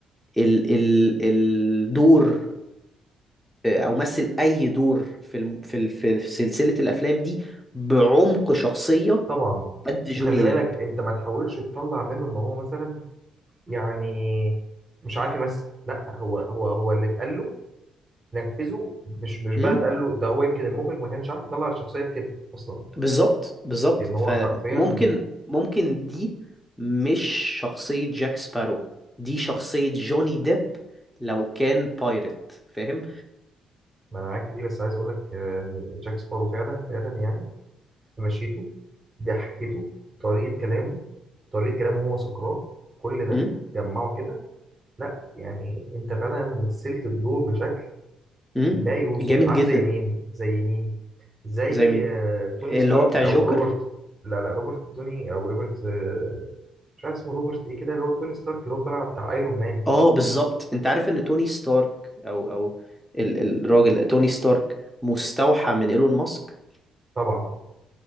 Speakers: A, in the centre; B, on the right (about 30°).
A: ال ال الدور آه، او مثل اي دور في الم في ال في في سلسلة الافلام دي بعمق شخصية
B: طبعا
A: قد جوني
B: وخلي بالك
A: ديب
B: انت ما تحاولش تطلع منه ان هو مثلا يعني مش عارف يمثل لا هو هو هو اللي اتقال له نفذه مش مش بقى
A: امم
B: اتقال له ده هو يمكن المخرج ما كانش عارف يطلع الشخصيه بكده اصلا
A: بالظبط بالظبط
B: ان هو
A: فممكن
B: حرفيا
A: ممكن دي مش شخصية جاك سبارو دي شخصية جوني ديب لو كان بايرت فاهم
B: ما انا معاك في دي بس عايز اقول لك آه، ان جاك سبارو فعلا فعلا يعني في مشيته ضحكته طريقة كلامه طريقة كلامه هو سكران كل ده
A: امم
B: جمعه كده لا يعني انت فعلا مثلت الدور بشكل
A: امم
B: لا يوصف
A: جامد
B: عارف
A: جدا
B: زي مين زي مين زي
A: زي مين
B: آه، توني
A: اللي
B: ستارك
A: هو بتاع
B: او
A: جوكر
B: روبرت لا لا روبرت دوني او روبرت آه، مش عارف اسمه روبرت ايه كده اللي هو توني ستارك اللي هو طالع بتاع ايرون مان
A: اه بالظبط انت عارف ان توني ستارك او او ال الراجل توني ستارك مستوحى من ايلون ماسك
B: طبعا